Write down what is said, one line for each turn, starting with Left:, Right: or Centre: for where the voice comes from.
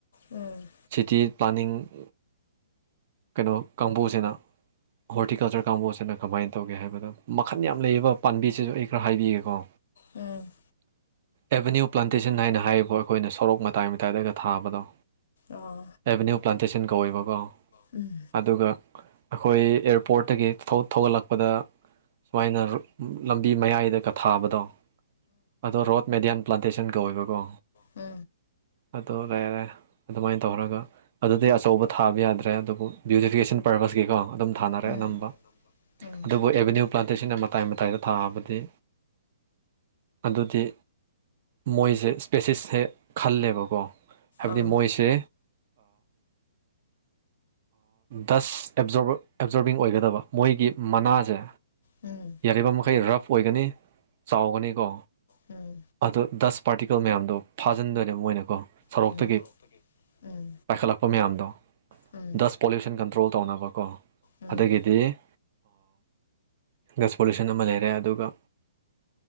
Left: ꯎꯝ
Right: ꯁꯤꯇꯤ ꯄ꯭ꯂꯥꯅꯤꯡ ꯀꯩꯅꯣ ꯀꯥꯡꯕꯨꯁꯤꯅ ꯍꯣꯔꯇꯤꯀꯜꯆꯔ ꯀꯥꯡꯕꯨꯁꯤꯅ ꯀꯃꯥꯏꯅ ꯇꯧꯒꯦ ꯍꯥꯏꯕꯗ ꯃꯈꯟ ꯌꯥꯝ ꯂꯩꯕ ꯄꯥꯝꯕꯤꯁꯤꯁꯨ ꯑꯩ ꯈꯔ ꯍꯥꯏꯕꯤꯒꯦꯀꯣ
Left: ꯎꯝ ꯎꯝ
Right: ꯑꯦꯕꯦꯅ꯭ꯌꯨ ꯄ꯭ꯂꯥꯟꯇꯦꯁꯟ ꯍꯥꯏꯅ ꯍꯥꯏꯔꯤꯕ ꯑꯩꯈꯣꯏꯅ ꯁꯣꯔꯣꯛ ꯃꯇꯥꯏ ꯃꯇꯥꯏꯗꯒ ꯊꯥꯕꯗꯣ
Left: ꯑꯣ
Right: ꯑꯦꯚꯦꯅ꯭ꯌꯨ ꯄ꯭ꯂꯥꯟꯇꯦꯁꯟ ꯀꯧꯋꯦꯕꯀꯣ
Left: ꯎꯝ
Right: ꯑꯗꯨꯒ ꯑꯩꯈꯣꯏ ꯑꯦꯌꯥꯔꯄꯣꯔꯠꯇꯒꯤ ꯊꯧꯒꯠꯂꯛꯄꯗ ꯁꯨꯃꯥꯏꯅ ꯂꯝꯕꯤ ꯃꯌꯥꯏꯗꯒ ꯊꯥꯕꯗꯣ ꯑꯗꯣ ꯔꯣꯠ ꯃꯦꯗꯤꯌꯥꯟ ꯄ꯭ꯂꯥꯟꯇꯦꯁꯟ ꯀꯧꯋꯦꯕꯀꯣ
Left: ꯎꯝ ꯎꯝ
Right: ꯑꯗꯣ ꯑꯗꯨꯃꯥꯏꯅ ꯇꯧꯔꯒ ꯑꯗꯨꯗꯤꯩ ꯑꯆꯧꯕ ꯊꯥꯕ ꯌꯥꯗ꯭ꯔꯦ ꯑꯗꯨꯕꯨ ꯕ꯭ꯌꯨꯇꯤꯐꯤꯀꯦꯁꯟ ꯄꯔꯄꯁꯀꯤꯀꯣ ꯑꯗꯨꯝ ꯊꯥꯅꯔꯦ
Left: ꯎꯝ
Right: ꯑꯅꯝꯕ
Left: ꯎꯝ
Right: ꯑꯗꯨꯕꯨ ꯑꯦꯚꯦꯅ꯭ꯌꯨ ꯄ꯭ꯂꯥꯟꯇꯦꯁꯟꯅ ꯃꯇꯥꯏ ꯃꯇꯥꯏꯗ ꯊꯥꯑꯕꯗꯤ ꯑꯗꯨꯗꯤ ꯃꯣꯏꯁꯦ ꯏꯁꯄꯦꯁꯤꯁ ꯍꯦ ꯈꯜꯂꯦꯕꯀꯣ ꯍꯥꯏꯕꯗꯤ
Left: ꯑꯥ
Right: ꯃꯣꯏꯁꯦ ꯗꯁ ꯑꯦꯞꯖꯣꯔ ꯑꯦꯞꯖꯣꯔꯕꯤꯡ ꯑꯣꯏꯒꯗꯕ ꯃꯣꯏꯒꯤ ꯃꯅꯥꯁꯦ
Left: ꯎꯝ
Right: ꯌꯥꯔꯤꯕ ꯃꯈꯩ ꯔꯐ ꯑꯣꯏꯒꯅꯤ ꯆꯥꯎꯒꯅꯤꯀꯣ
Left: ꯎꯝ
Right: ꯑꯗꯨ ꯗꯁ ꯄꯥꯔꯇꯤꯀꯜ ꯃꯌꯥꯝꯗꯣ ꯐꯥꯖꯤꯟꯗꯣꯏꯅꯦꯕ ꯃꯣꯏꯅ ꯀꯣ ꯁꯔꯣꯛꯇꯒꯤ
Left: ꯎꯝ ꯎꯝ ꯎꯝ
Right: ꯄꯥꯏꯈꯠꯂꯄ ꯃꯌꯥꯝꯗꯣ
Left: ꯎꯝ
Right: ꯗꯁ ꯄꯣꯂꯨꯁꯟ ꯀꯟꯇ꯭ꯔꯣꯜ ꯇꯧꯅꯕꯀꯣ
Left: ꯎꯝ
Right: ꯑꯗꯒꯤꯗꯤ ꯒꯁ ꯄꯣꯂꯨꯁꯟ ꯑꯃ ꯂꯩꯔꯦ ꯑꯗꯨꯒ